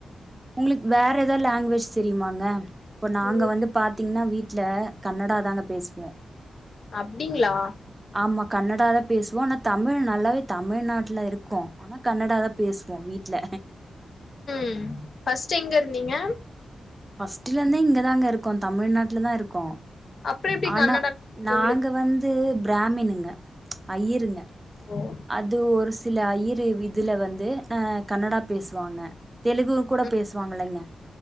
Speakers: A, on the right; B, on the left.
A: உங்ளுக் வேற எதாவ் லேங்வேஜ் தெரியுமாங்க இப்போ நாங்க
B: ம்
A: வந்துப் பாத்திங்னா வீட்ல கன்னடா தாங்கப் பேச்வோ
B: அப்டிங்ளா
A: ஆமா கன்னடாதாப் பேசுவோ ஆனா தமிழ் நல்லாவேத் தமிழ்நாட்ல இருக்கோ ஆனாக் கன்னடாதா பேசுவோ வீட்ல
B: ம் ஃபர்ஸ்ட் எங்க இருந்தீங்க
A: ஃபர்ஸ்ட்டுலந்தே இங்கதாங்க இருக்கோந் தமிழ்நாட்லதா இருக்கோ
B: அப்றோ எப்டி
A: ஆனா
B: கன்னடா வந்துச்சு
A: நாங்க
B: உங்களுக்கு
A: வந்து பிராமினுங்க ஐய்யிருங்க
B: ஓ
A: அது ஒரு சில ஐய்யிரு இதுல வந்து அ கன்னடாப் பேசுவாங்க தெலுகு கூடப்
B: ம்
A: பேச்வாங்கல்லங்கே